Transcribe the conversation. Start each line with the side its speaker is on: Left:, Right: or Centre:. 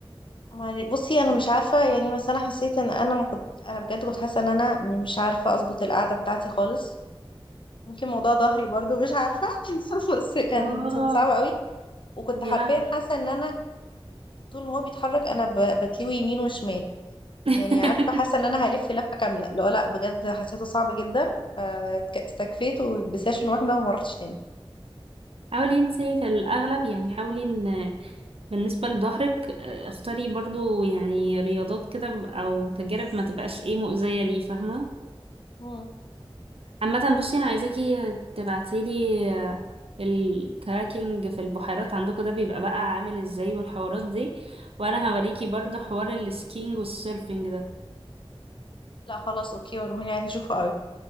Left: معل- بصي انا مش عارفه يعني بس انا حسيت ان انا ما كنت انا بجد كنت حاسه ان انا مش عارفه اظبط القعده بتاعتي خالص يمكن موضوع ظهري برضو مش عارفة <laughs> بس كان
Right: اه
Left: كان صعب قوي وكنت
Right: يا
Left: حرفيا
Right: لهوي
Left: حاسة ان انا طول ما هو بيتحرك انا ب- بتلوي يمين وشمال
Right: <laughs>
Left: يعني عارفة حاسة ان انا هلف لفة كاملة لا لا بجد حسيته صعب جدا فاتك- استكفيت وبسيشن واحدة وما رحتش تاني
Right: حاولي انتي في الاغلب يعني حاولي ان بالنسبه لظهرك آه، اختاري برضو يعني رياضات كده او تجارب ما تبقاش ايه مؤذيه ليه فاهمه
Left: مم.
Right: عامة بصي انا عايزاكي تبعتيلي آه، الكراكنج في البحيرات عندكم ده بيبقى بقى عامل ازاي والحوارات دي وانا هوريكي برضو حوار السكينج والسيرفنج ده
Left: لا خلاص اوكي وروني عايزة اشوفه قوي